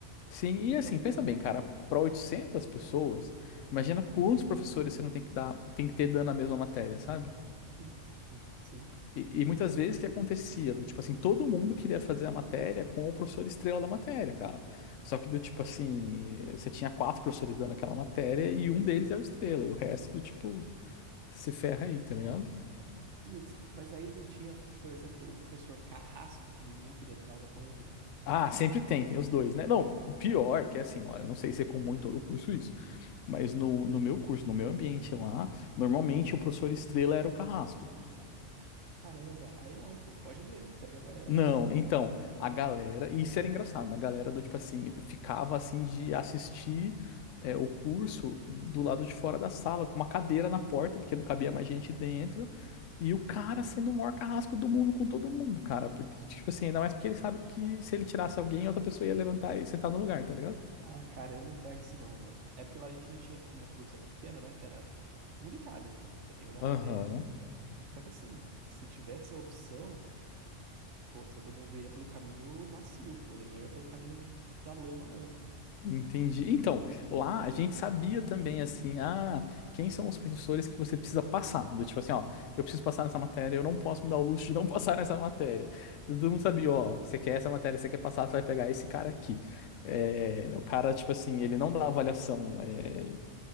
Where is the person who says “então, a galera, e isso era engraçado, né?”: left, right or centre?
Left